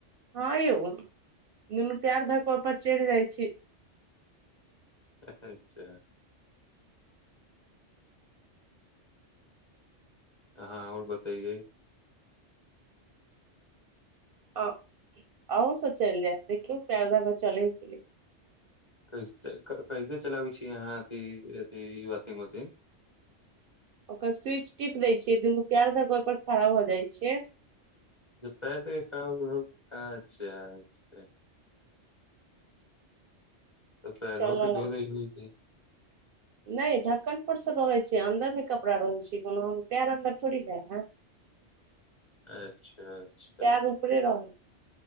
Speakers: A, on the right; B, on the left.
A: हँ यौ दुनू पैर धक उपर चढ़ि जाइ छी
B: अच्छा हँ आओर बतैइए
A: अ एहो स चेल जेते कि <unintelligible>
B: कैसे कैसे चलाबै छी यहाँ अथी अथी वाशिंग मशीन
A: ओकर स्विच टीप दय छियै दुनू प्यार धऽक ओहि पर खड़ा भ जाय छियै
B: पैर ध के खरा अच्छा अच्छा तऽ पैरो
A: चलऽ
B: के डोल्बै होइबे <unintelligible>
A: नइ ढक्कन पर स रहै छै अंन्दर मे कपड़ा रहै छै कोनो हम पैर अन्दर थोड़ी जाय है
B: अच्छा अच्छा
A: पैर ऊपरे रहै